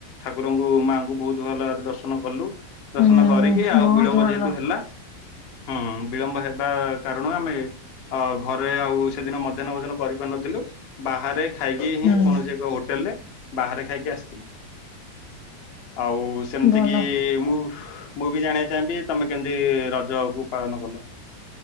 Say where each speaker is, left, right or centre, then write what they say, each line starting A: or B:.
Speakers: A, on the left; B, on the left.
A: ଠାକୁରଙ୍କୁ ମାଆଙ୍କୁ ବହୁତ ଭଲଭାବରରେ ଦର୍ଶନ କଲୁ ଦର୍ଶନ
B: ହୁଁ
A: କରିକି ଆଉ
B: ବହୁତ
A: ବିଳମ୍ବ
B: ଭଲ
A: ଯେହେତୁ ହେଲା ହଁ ବିଳମ୍ବ ହେବା କାରଣ ଆମେ ଅ ଘରେ ଆଉ ସେଦିନ ମଧ୍ୟାହ୍ନ ଭୋଜନ କରିପାରୁ ନଥିଲୁ ବାହାରେ ଖାଇକି
B: ହୁଁ
A: ହିଁ କୌଣସି ଏକ ହୋଟେଲ ରେ ବାହାରେ ଖାଇକି ଆସିଥିଲୁ ଆଉ ସେମିତିକି
B: ଭଲ।
A: ମୁଁ ମୁଁ ବି ଜାଣିବାକୁ ଚାହିଁବି ତମେ କେମିତି ରଜକୁ ପାଳନ କଲ।